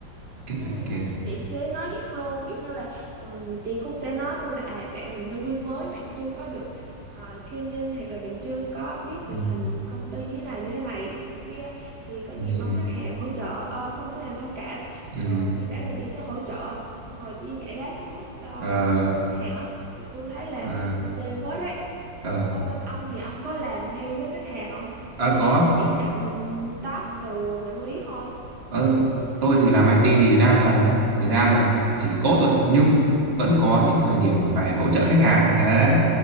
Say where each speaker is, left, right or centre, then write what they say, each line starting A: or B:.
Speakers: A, on the right; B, on the right.
A: cái
B: Ừ,
A: cái
B: chị sẽ nói giúp luôn kiểu như là ừm, chị cũng sẽ nói tôi là à bạn này nhân viên mới bạn chưa có được ờ, training hoặc là bạn chưa có biết tình
A: ừ.
B: hình công ty như thế này như thế này thế kia thì có gì
A: Ừ.
B: mong khách hàng hỗ trợ ờ, không có khách hàng thông cảm
A: ừ.
B: rồi chị bảo là chị sẽ hỗ trợ xong rồi chị giải đáp thắc mắc cho
A: Ờ,
B: khách hàng á thì tôi thấy là
A: ờ,
B: ok phết đấy
A: ờ.
B: ở bên ông thì ông có làm hay với khách hàng không
A: Ờ,
B: hay
A: có
B: là ông chỉ nhận task từ quản lý thôi
A: ờ, tôi thì làm IT thì đa phần á thời gian là chỉ code thôi nhưng vẫn có những thời điểm phải hỗ trợ khách hàng ấy đấy